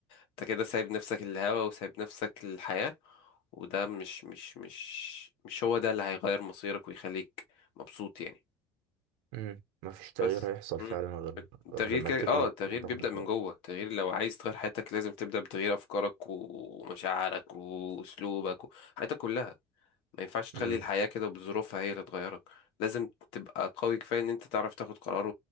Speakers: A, on the left; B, on the right.
A: انت كده سايب نفسك الهوا وسايب نفسك الحياة وده مش مش مش مش هو ده اللي هيغير مصيرك ويخليك مبسوط يعني
B: م، مفيش تغيير
A: بس
B: هيحصل
A: مم.
B: فعلا غير
A: التغيير
B: غير لما
A: كده
B: تنوي
A: اه التغيير
B: وتاخد
A: بيبدأ
B: قرار
A: من جوه التغيير لو عايز تغير حياتك لازم تبدأ بتغيير أفكارك و- ومشاعرك وأسلوبك و- حياتك كلها ما ينفعش تخلي
B: مم.
A: الحياة كده بظروفها هي اللي تغيرك لازم تبقى قوي كفاية إن أنت تعرف تاخد قرار